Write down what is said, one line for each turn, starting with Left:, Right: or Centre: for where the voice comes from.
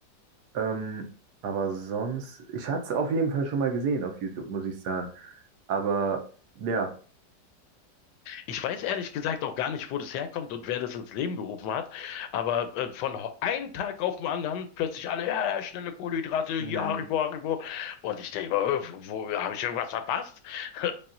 Right: Ähm, aber sonst, ich hatte es auf jeden Fall schon mal gesehen auf YouTube, muss ich sagen. Aber ja,
Left: Ich weiß ehrlich gesagt auch gar nicht, wo das herkommt und wer das ins Leben gerufen hat, aber äh, von ho- einem Tag auf den anderen plötzlich alle, ja, ja, schnelle Kohlenhydrate,
Right: mhm,
Left: hier Haribo, Haribo. Und ich denke mir, äh, wo, wo habe ich irgendwas verpasst? <laughs>